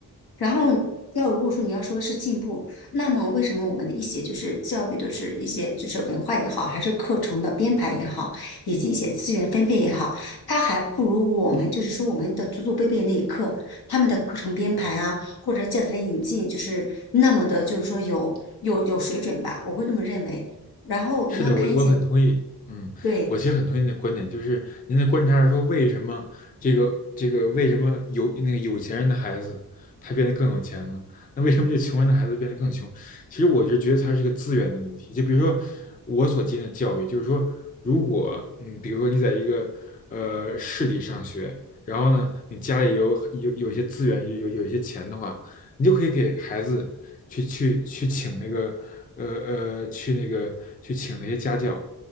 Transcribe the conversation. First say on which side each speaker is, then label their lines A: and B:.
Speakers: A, on the left; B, on the left.
A: 然后要如果说你要说是进步，那么为什么我们的一些就是教育的是一些就是文化也好，还是课程的编排也好，以及一些资源分配也好，它还不如我们就是说我们的祖祖辈辈那一刻他们的课程编排啊，或者教材的引进，就是那么的，就是说有有有水准吧，我会这么认为。然后你要看一些。
B: 是的，我我很同意。嗯，
A: 对，
B: 我其实很同意你的观点，就是您的观察是说，为什么这个这个为什么有那个有钱人的孩子他变得更有钱了？那为什么这穷人的孩子变得更穷？其实我就觉得它是个资源的问题。就比如说我所经历的教育，就是说，如果嗯，比如说你在一个呃市里上学，然后呢，你家里有有有一些资源，有有有一些钱的话，你就可以给孩子去去去请那个呃呃去那个去请那些家教，